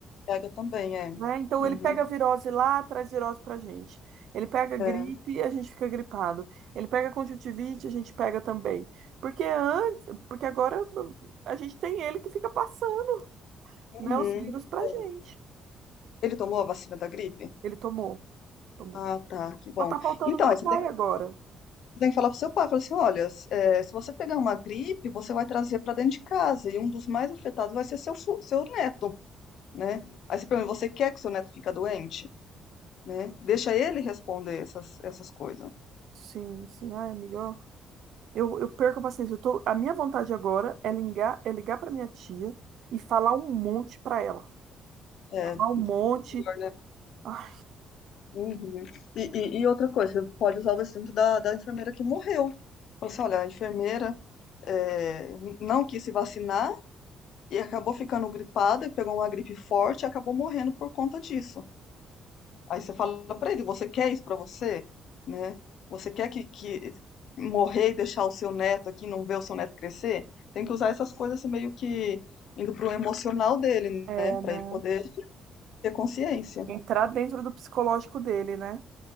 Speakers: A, on the left; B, on the right.
A: pega também, é.
B: né? Então
A: Uhum,
B: ele pega a virose lá, traz virose pra gente. Ele pega gripe,
A: é.
B: a gente fica gripado. Ele pega conjuntivite, a gente pega também. Porque antes, porque agora a gente tem ele que fica passando,
A: Uhum.
B: né, os vírus pra
A: É.
B: gente.
A: Ele tomou a vacina da gripe?
B: Ele tomou, tomou.
A: Ah, tá, que bom.
B: Só tá faltando
A: Então,
B: meu
A: aí você
B: pai
A: tem,
B: agora.
A: você tem que falar pro seu pai, falar assim, olha, s- eh, se você pegar uma gripe, você vai trazer para dentro de casa e um dos mais afetados vai ser seu, fu- seu neto, né? Aí você pergunta, você quer que seu neto fica doente? Né? Deixa ele responder essas, essas coisas.
B: Sim, sim, ai, amiga, ó, eu, eu perco a paciência. Eu tô, a minha vontade agora é ligar, é ligar para minha tia e falar um monte pra ela.
A: É,
B: um monte.
A: do- pior, né?
B: Ai,
A: Uhum. E, e- e outra coisa, você pode usar o exemplo da, da enfermeira que morreu. Falou assim, olha, a enfermeira eh, n- não quis se vacinar, e acabou ficando gripada, pegou uma gripe forte e acabou morrendo por conta disso. Aí você fala pra ele, você quer isso pra você, né? Você quer que, que morrer e deixar o seu neto aqui, não ver o seu neto crescer? Tem que usar essas coisas assim, meio que indo pro emocional dele,
B: é,
A: né? Pra
B: né?
A: ele poder ter consciência.
B: Entrar dentro do psicológico dele, né?